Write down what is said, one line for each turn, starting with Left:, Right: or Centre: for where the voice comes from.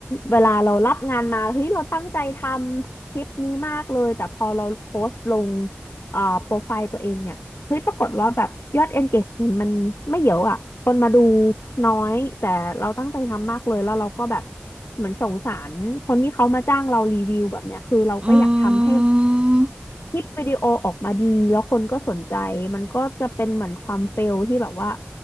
Left: เวลาเรารับงานมาเฮ้ยเราตั้งใจทำคลิปนี้มากเลยแต่พอเราโพสต์ลงเอ่อโปรไฟล์ตัวเองเนี่ยเฮ้ยปรากฏว่าแบบยอด engagement มันไม่เยอะอ่ะคนมาดูน้อยแต่เราตั้งใจทำมากเลยแล้วเราก็แบบเหมือนสงสารคนที่เขามาจ้างเรารีวิวแบบเนี้ยคือเราก็อยากทำให้
Right: อืม
Left: คลิปวิดีโอออกมาดีแล้วคนก็สนใจมันก็จะเป็นเหมือนความเฟลที่แบบว่า